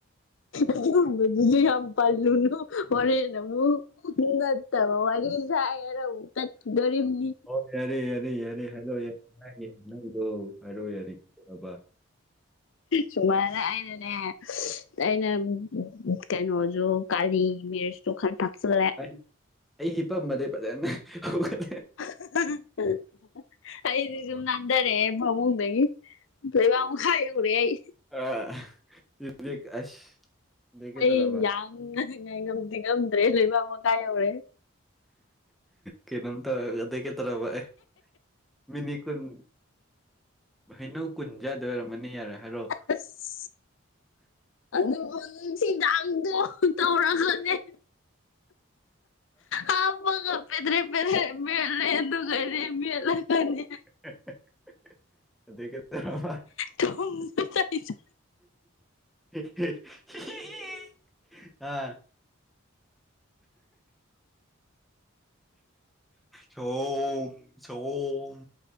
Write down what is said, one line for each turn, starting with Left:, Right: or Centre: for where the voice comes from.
Left: ꯑꯗꯨꯉꯨꯝꯕꯗꯨꯗꯤ ꯌꯥꯝ ꯄꯂꯨꯅꯨ ꯍꯣꯔꯦꯟ ꯑꯃꯨꯛ ꯅꯠꯇꯕ ꯋꯥꯔꯤ ꯁꯥꯢꯅ ꯑꯃꯨꯛ ꯇꯠꯈꯤꯗꯣꯔꯤꯕꯅꯤ
Centre: ꯑꯣ ꯌꯔꯦ ꯌꯔꯦ ꯌꯔꯦ ꯍꯥꯏꯔꯣ ꯌꯔꯦ ꯍꯥꯏꯅꯤ ꯍꯥꯏꯅꯧꯗꯣ ꯍꯥꯏꯔꯣꯑꯣ ꯌꯥꯔꯦ <unintelligible> ꯕꯥ
Left: ꯁꯨꯃꯥꯏꯅ ꯑꯩꯅꯅꯦ ꯑꯩꯅ ꯎ ꯀꯩꯅꯣꯖꯨ ꯀꯥꯔꯤ ꯃꯦꯁꯠꯁꯨ ꯈꯔ ꯇꯥꯛꯁꯜꯂꯦ
Centre: ꯑꯩ ꯑꯩ ꯍꯝꯄꯝꯕꯗꯩ ꯐꯖꯅ ꯍꯧꯒꯠ
Left: <unintelligible> ꯑꯩꯗꯤ ꯁꯨꯝ ꯅꯥꯟꯊꯛꯑꯦ ꯐꯃꯨꯡꯗꯒꯤ ꯂꯩꯕꯛ ꯃꯈꯥ ꯌꯧꯔꯦ ꯑꯩ
Centre: ꯑꯥ <unintelligible> ꯑꯁ ꯑꯗꯒꯤ
Left: ꯑꯩ
Centre: ꯇꯧꯔꯕ
Left: ꯌꯥꯝꯅ ꯉꯥꯏꯉꯝꯁꯤꯡꯉꯝꯗ꯭ꯔꯦ ꯂꯩꯕꯥꯛ ꯃꯈꯥ ꯌꯧꯔꯦ
Centre: ꯀꯩꯅꯣꯝꯇꯧꯔ ꯑꯗꯩꯀꯩꯇꯧꯔꯕ ꯑꯦ ꯃꯤꯅꯤꯠ ꯀꯨꯟ ꯍꯩꯅꯧ ꯀꯨꯟꯆꯥꯗꯣꯏ ꯑꯣꯏꯔꯝꯃꯅꯤ ꯌꯥꯔꯦ ꯍꯥꯏꯔꯛꯑꯣ
Left: ꯑꯁ ꯑꯗꯨꯕꯨ ꯅꯨꯡꯁꯤꯗꯥꯛꯇꯣ ꯇꯧꯔꯒꯅꯦ ꯍꯞꯄꯒ ꯄꯦꯗ꯭ꯔꯦ ꯄꯦꯗ꯭ꯔꯦ ꯃꯦꯠꯂꯦ ꯑꯗꯨꯒꯅꯦ ꯃꯦꯠꯂꯒꯅꯦ
Centre: ꯍ ꯍ ꯍ ꯍ ꯍ ꯑꯗꯩ ꯀꯩꯗꯧꯔꯕ
Left: ꯊꯨꯝꯁꯨ ꯇꯩꯁꯨ
Centre: <unintelligible> ꯑꯥ ꯁꯑꯣꯝ ꯁꯑꯣꯝ